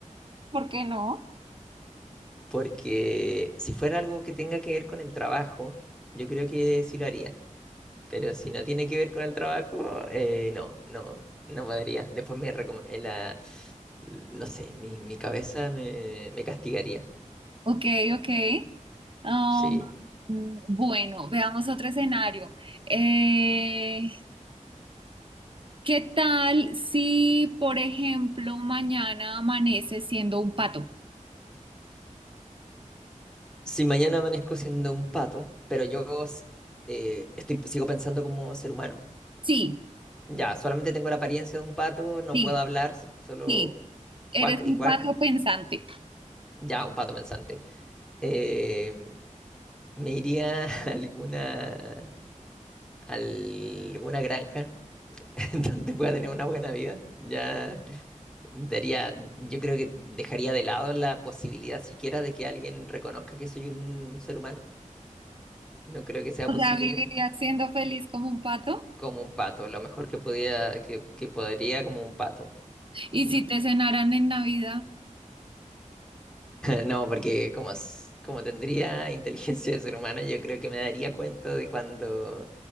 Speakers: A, on the right; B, in the centre.
A: ¿Por qué no?
B: Porque si fuera algo que tenga que ver con el trabajo, yo creo que sí lo haría. Pero si no tiene que ver con el trabajo, eh, no, no, no podría. Después me recom- eh, la, no sé, mi, mi cabeza me, me castigaría.
A: Ok, ok. Um,
B: Sí.
A: mm, bueno, veamos otro escenario. Eh, ¿qué tal si, por ejemplo, mañana amaneces siendo un pato?
B: Si mañana amanezco siendo un pato, pero yo s- eh, estoy, sigo pensando como ser humano,
A: Sí,
B: ya, solamente tengo la apariencia de un pato, no
A: sí,
B: puedo hablar, s- solo
A: sí. Eres
B: cuac y
A: un
B: cuac,
A: pato pensante.
B: ya, un pato pensante. Eh, me iría <laughs> a alguna. alguna granja <laughs> en donde pueda tener una buena vida. Ya daría, yo creo que dejaría de lado la posibilidad siquiera de que alguien reconozca que soy un ser humano. No creo que sea
A: O
B: posible.
A: sea, viviría siendo feliz como un pato.
B: Como un pato, lo mejor que podía, que, que podría como un pato.
A: Y
B: <laughs>
A: si te cenaran en Navidad,
B: No, porque como, s- como tendría <laughs> inteligencia de ser humano, yo creo que me daría cuenta de cuando,